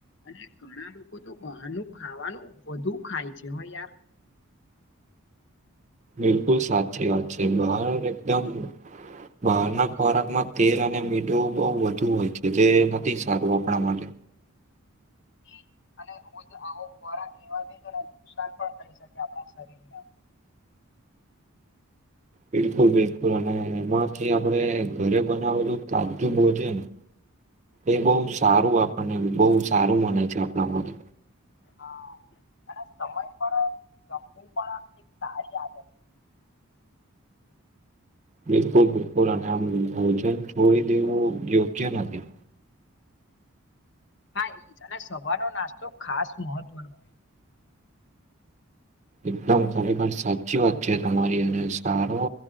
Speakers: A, on the left; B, on the right.
A: અને ઘણા લોકો તો બહારનું ખાવાનું વધુ ખાય છે હ યાર <inaudible>
B: બિલકુલ સાચી વાત છે બાર એકદમ બહાર ના ખોરાકમાં તેલ અને મીઠું બહ વધુ હોય છે જે નથી સારું આપણા માટે
A: હમ રોજ આવો ખોરાક લેવા દજ અને નુકસાન પણ થઈ શકે આપણા શરીરમાં
B: બિલકુલ બિલકુલ અને એમાંથી આપડે ઘરે બનાવલ તાજજું બોજે ને એ બહુ સારું આપણને બહુ સારું મને છે આપણા મ
A: હા અને સમય પણ જમુ પણ આ એક સારી આદત
B: બિલકુલ બિલકુલ અને આમ ભોજન છોડી દેવું યોગ્ય નથી
A: હા એ જ અને સવારનો નાસ્તો ખાસ મહત્વનો હોય છે
B: એકદમ ખરેખર સાચી વાત છે તમારી અને સારો